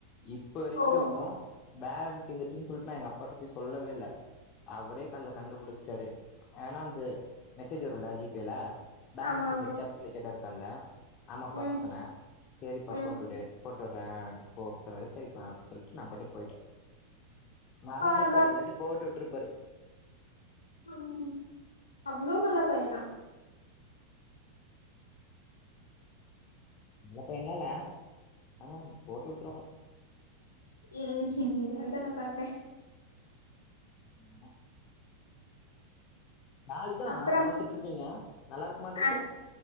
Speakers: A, on the left (about 35°); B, on the left (about 75°).
A: இப்போ வரைக்கு
B: ஓ
A: பேலன்ஸ் தீந்திருச்சினு சொல் நா எங்க அப்பாட்ட போய் சொல்லவே இல்ல அவரே கண்ணுல கண்டுபிடிச்சுட்டாரு ஆனா வந்து மெசேஜ் வரும்ல ஜி பேல பேலன்ஸ்
B: ஆமா
A: வந்துருச்சானு
B: ஆமா
A: சொல்லி கேட்டாரு காலைல ஆமாப்பா
B: ம்
A: சொன்னே சரிப்பா
B: ம்
A: போட்டுவிடு போட்டு விடுறே போ சொல்றாரு சரிப்பா அப்டி சொல்லிட்டு நா பாட்டு போயிட்டே மறந்திருப்பாரு
B: பார்றா
A: இல்லாட்டி போட்டு விட்டுருப் ஒரு
B: உ அவ்ளோ நல்லா பையனா
A: நல்ல பையன்லால்ல ஆனா போட்டு விட்ருவாங்க
B: உ செரிங்க அதான பாத்தே
A: எப்டிதானோ நாலுதா
B: அப்புறம்
A: சமச்சுட்டு இருக்கீங்க நல்லா இருக்கு மாட்ருக்கு
B: ஆ